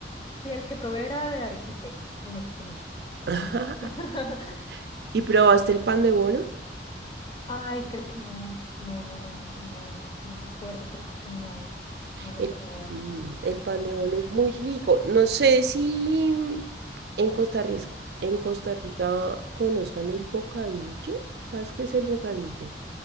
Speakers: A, on the left (about 30°); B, on the right (about 60°).
A: Sí, el que probé era de arequipe y me gustó mucho,
B: <laughs>
A: muy rico. <laughs>
B: ¿Y probaste el pan de bono?
A: Ay, creo que no, no, no, no, no, no me acuerdo, pero creo que no, no lo
B: El,
A: probé.
B: mm, el pan de bono es muy rico. No sé si mm, en Costa Rica, en Costa Rica conozcan el bocadillo. ¿Sabes qué es el bocadillo?